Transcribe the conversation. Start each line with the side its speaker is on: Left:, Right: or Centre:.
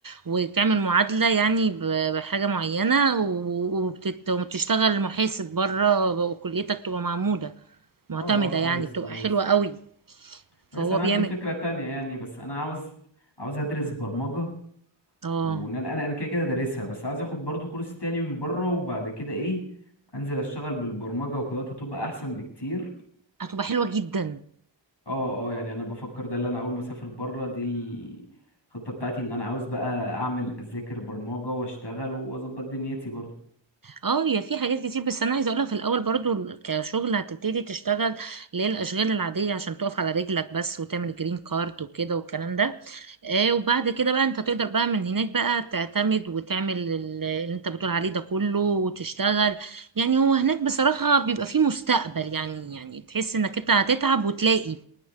Right: وتعمل معادله يعني ب- بحاجه معينه و- وبتت- وبتشتغل محاسب بره وكليتك تبقى معموله معتمده
Left: اه اه كويس
Right: يعني بتبقى
Left: كويس
Right: حلوه قوي فهو
Left: كويس انا
Right: بيعمل
Left: عندي فكرة تانية يعني بس انا عاوز عاوز ادرس برمجة
Right: اه
Left: وان انا انا أنا كده كده دارسها بس عاوز اخد برضو كورس تاني من بره وبعد كده ايه انزل اشتغل بالبرمجة وكده هتبقى احسن بكتير
Right: هتبقى حلوة جدا
Left: اه اه يعني انا بفكر ده اللي انا اول ما اسافر بره دي الخطه بتاعتي ان انا عاوز بقى اعمل اذاكر برمجه واشتغل واظبط دنيتي برضه
Right: اه هي في حاجات كتير بس انا عايزه اقولها في الاول برضو كشغل هتبتدي تشتغل اللي هي الاشغال العاديه عشان تقف على رجلك بس وتعمل جرين كارد وكده والكلام ده آه وبعد كده بقى انت تقدر بقى من هناك بقى تعتمد وتعمل ال- اللي انت بتقول عليه ده كله وتشتغل يعني هو هناك بصراحه بيبقى فيه مستقبل يعني يعني تحس انك انت هتتعب وتلاقي